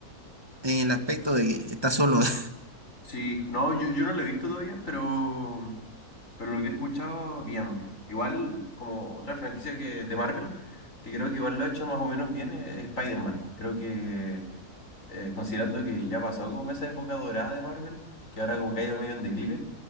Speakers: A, on the right; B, on the left.
A: en el aspecto de que está solo. <laughs>
B: Sí, no, yo, yo no lo he visto todavía, pero, pero lo que he escuchado, bien. Igual, como otra franquicia que, de Marvel, que creo que igual lo ha hecho más o menos bien, es es Spider-Man. Creo que, eh, considerando que ya pasó como esa época dorada de Marvel, que ahora como que ha ido medio en declive,